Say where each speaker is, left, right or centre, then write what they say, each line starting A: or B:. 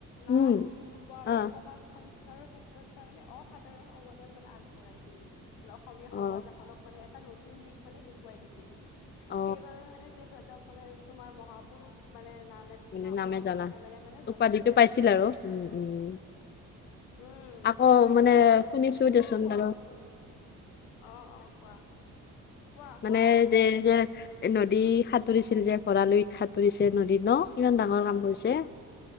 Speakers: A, on the left; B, on the left.
A: নাট
B: উম
A: শিল্প আৰু
B: অ
A: সমাজ সংস্কৃতি, সংস্কাৰ ক্ষেত্ৰত তাৰ মানে অসাধাৰণ অৱদান মানে আগবঢ়াইছিল। অসমীয়া
B: অ
A: সমাজ এখনক মানে এটা নতুন দিশ মানে দে দেখোৱাই দিছিল ত'
B: অ
A: সেইবাবে মানে তেখেতক মানে তোমাৰ মহাপুৰুষ মানে নাম এটা ন
B: মানে নামে
A: মহাপুৰুষ
B: জানা
A: নমেৰে মানে
B: উপাধিটো
A: জনা যায়
B: পাইছিল
A: আৰু।
B: উম, উম।
A: উম
B: আকৌ
A: হয়
B: মানে
A: দিয়া
B: শুনিছো
A: তুমি
B: দেচোন
A: মানে ম
B: বাৰু।
A: অ' অ' কোৱা। কোৱা
B: মানে
A: কোৱা
B: দে যে, নদী সাঁতুৰিছিল যে ভঁৰালৈ সাঁতুৰিছে নদী ন' কিমান ডাঙৰ কাম কৰিছে।